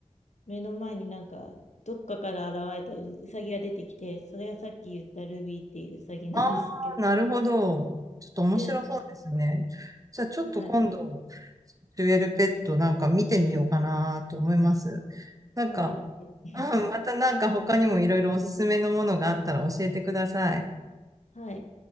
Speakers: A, on the left; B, on the right.
A: 目の前になんかどっかから現れたうさぎが出てきて、それがさっき言ったルビーっていううさぎなんですけど、
B: ああ、なるほど。ちょっと面白そうですね。
A: で、
B: じゃあ、ちょっと今度、
A: はい。
B: デュエルペットなんか見てみようかなと思います。なんか、
A: あ、ぜひぜひ。
B: うん、またなんか他にもいろいろおすすめのものがあったら教えてください。
A: <laughs> はい。